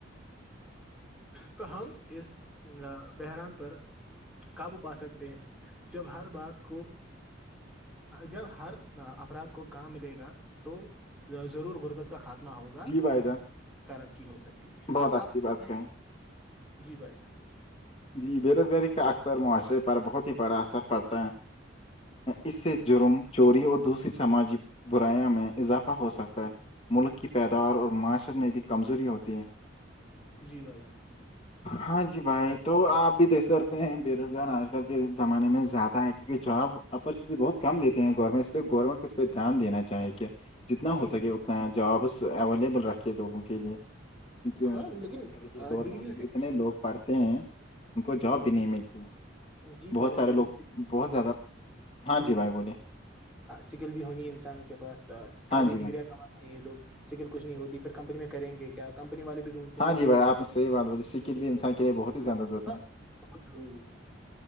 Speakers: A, in the centre; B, on the left (about 30°).
A: تو ہم اس بحران پر قابو پا سکتے ہیں جب ہر بات کو جب ہر افراد کو کام ملے گا تو ضرور غربت کا ہوگا
B: جی بھائی جان
A: ترقی ہو سکتی
B: بہت
A: اب
B: اچھی
A: آپ
B: بات
A: سنائیں۔
B: کہیں
A: جی بھائی جان
B: جی بے روزگاری کا اکثر معاشرے پر بہت ہی بڑا اثر پڑتا ہے اس سے
A: جی
B: جرم چوری اور دوسری سماجی برایاں میں اضافہ ہو سکتا ہے ملک کی پیداار اور معاشر میں بھی کمزوری ہوتی ہے
A: جی بھائی جان
B: ہاں جی بھائی تو آپ بھی دیکھ سکتے ہیں بے روزگار آج کل کے زمانے میں زیادہ ہے کیونکہ جاب اپورچوٹی بہت کم دیتے ہیں گورنمنٹ اس لیے گورنمنٹ کو اس پہ دھیان دینا چاہ کیا
A: جان
B: جتنا
A: جی
B: ہو
A: بھائی
B: سکے اتنا جابس اویلیبل رکھے لوگوں کے لیے
A: جان
B: کیونکہ
A: ہاں لیکن
B: آج کل کے
A: آ،
B: دور
A: ڈگریوں
B: میں
A: سے کچھ
B: اتنے
A: نہیں
B: لوگ
A: ہوتا
B: پڑھتے ہیں ان کو جاب بھی نہیں
A: جی
B: ملتی
A: جی
B: بہت
A: بھائی جان
B: سارے
A: لیکن
B: لوگ بہت زیادہ ہاں جی بھائی بولے
A: سگل بھی ہونی انسانوں کے پاس
B: ہاں
A: خالی
B: جی
A: ڈگریاں
B: بھائی
A: نہیں یہ لگ سکل کچھ نہیں ہوتی پھر کمپنی میں کریں گے کمپنی والے بھی ڈھونڈتے
B: ہاں
A: ہیں
B: جی
A: کہ
B: بھائی آپ نے صحیح بات بولی سکل بھی انسان کے لیے بہت ہی زیادہ ضروری
A: ہاں
B: ہے
A: بہت ضروری ہے